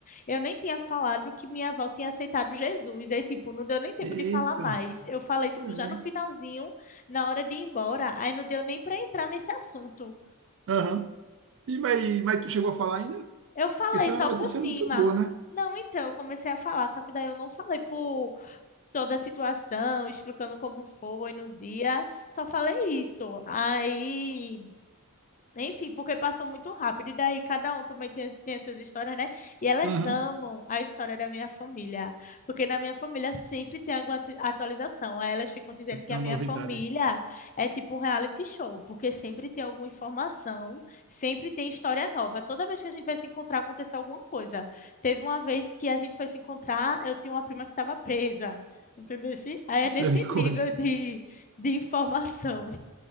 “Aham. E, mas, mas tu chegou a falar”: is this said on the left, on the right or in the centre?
Right